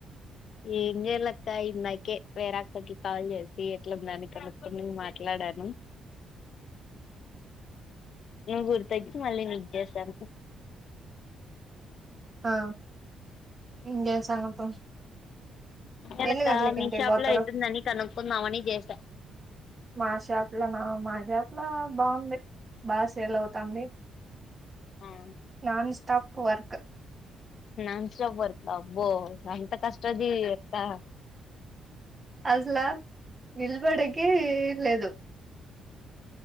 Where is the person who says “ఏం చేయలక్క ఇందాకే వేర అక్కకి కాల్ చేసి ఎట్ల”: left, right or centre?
Left